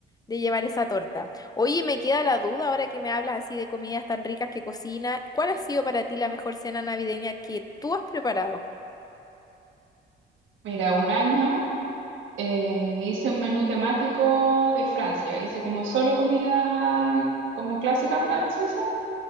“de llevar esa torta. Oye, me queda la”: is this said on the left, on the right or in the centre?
Left